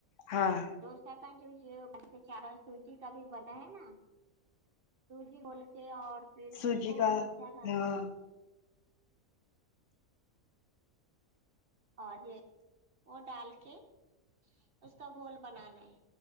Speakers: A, on the left; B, on the right.
A: ہاں
B: ڈوسا کا جو یہ ہے چاول سوجی کا بھی بنا ہے نا جی بول کے اور پھر اس
A: سوجی
B: کو
A: کا
B: ہم کیا کرتے
A: ہاں
B: ہیں اور یہ وہ ڈال کے اس کا گول بنانا ہے